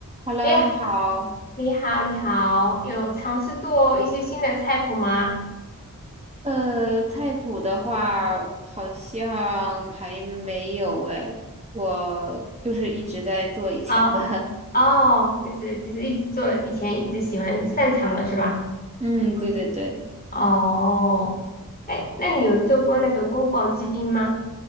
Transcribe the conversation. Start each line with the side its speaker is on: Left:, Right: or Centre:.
Right: Hello，
Left: 哎呀，
Right: 你好。
Left: 你好，你好，有尝试做一些新的菜谱吗？
Right: 呃，菜谱的话，好像还没有诶，我就是一直在做以前的。
Left: 哦，哦，就是就是一直做，以前一直喜欢擅长的是吧？
Right: <laughs> 嗯，对对对。
Left: 哦，哎，那你有做过那个宫保鸡丁吗？